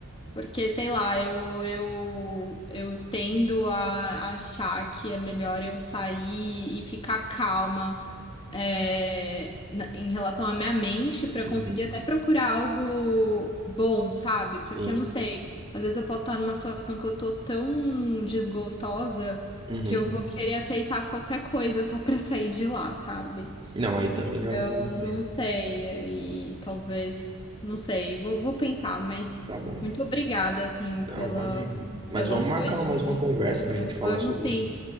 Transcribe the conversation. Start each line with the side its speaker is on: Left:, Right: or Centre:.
Left: Porque, sei lá, eu, eu, eu tendo a achar que é melhor eu sair e ficar calma, é, na- em relação à minha mente para
Right: uhum,
Left: conseguir até procurar algo bom, sabe? Porque
Right: sim,
Left: eu não sei, às vezes eu posso estar numa situação que eu tô tão desgostosa
Right: uhum.
Left: que eu vou querer aceitar qualquer coisa só para sair de lá, sabe?
Right: Não, aí também
Left: Então,
Right: já não vale a pena.
Left: não sei, e talvez, não sei, vou, vou pensar, mas
Right: Tá bom.
Left: muito obrigada, assim,
Right: Não,
Left: pela,
Right: imagino. Mas
Left: pela
Right: vamos
Left: sua
Right: marcar
Left: dica,
Right: mais uma conversa pra
Left: pela,
Right: gente falar
Left: vamos
Right: sobre
Left: sim,
Right: isso.